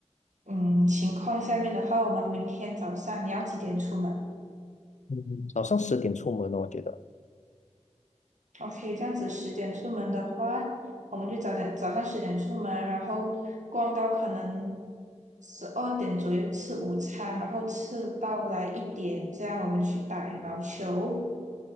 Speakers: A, on the right; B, on the left.
A: 嗯情况下面的话，我们明天早上你要几点出门？
B: 嗯，早上十点出门哦，我觉得。
A: OK，这样子十点出门的话，我们就早点早上十点出门，然后逛到可能十二点左右吃午餐，然后吃到来一点，这样我们去打羽毛球，